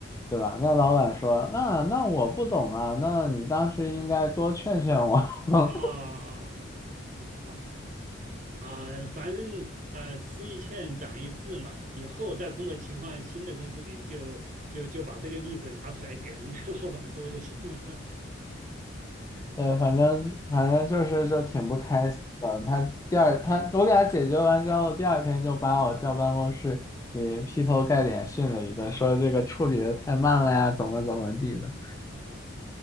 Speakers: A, on the left; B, on the right.
A: 对吧？那老板说，那那我不懂啊，那你当时应该多劝劝我。<laughs>
B: 啊啊啊！啊！反正呃，吃一堑长一智嘛，以后再碰到情况，新的公司里就就就把这个例子拿出来给人家 <laughs> 老板说就行了
A: 对，反正反正就是就挺不开心的。他第二他我给他解决完之后，第二天就把我叫办公室，也劈头盖脸训了一顿，说这个处理的太慢了呀，怎么怎么地的。
B: <laughs> 啊